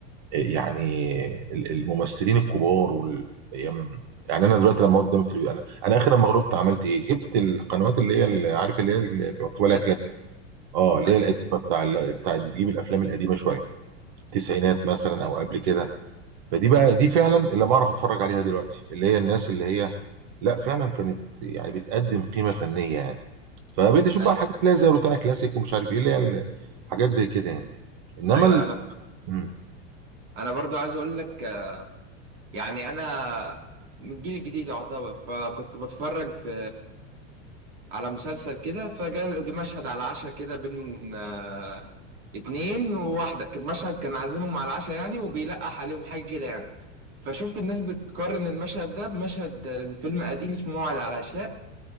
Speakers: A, on the right; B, on the right.
A: آه، يعني ال- الممثلين الكبار وال... أيام- يعني انا دلوقتي لما أقعد قدام التلفزيون انا انا اخر لما غلبت عملت ايه جبت القنوات اللي هي اللي عارف اللي هي اللي مكتوب عليها
B: كلاسيك
A: كلاسيك اه اللي
B: ايوه
A: هي القديمة بتاع ال- بتاع تجيب الافلام القديمة شوية التسعينات مثلا او قبل كده فدي بقى دي فعلا اللي بعرف اتفرج عليها دلوقتي اللي هي الناس اللي هي لا فعلا كانت يعني بتقدم قيمه فنيه يعني فبقيت اشوف
B: ايوه
A: بقى الحاجات اللي هي زي روتانا كلاسيك ومش عارف ايه اللي هي ال- حاجات زي كده يعني انما
B: ايوه
A: ال...
B: انا
A: مم.
B: انا برضو عايز اقول لك آه، يعني انا من الجيل الجديد يعتبر فكنت بتفرج في على مسلسل كده فجاء مشهد على العشاء كده بين آه، اتنين وواحدة كان مشهد كان عازمهم على العشاء يعني وبيلقح عليهم حاجة كده يعني فشفت الناس بتقارن المشهد ده بمشهد آه، فيلم قديم اسمه موعد على العشاء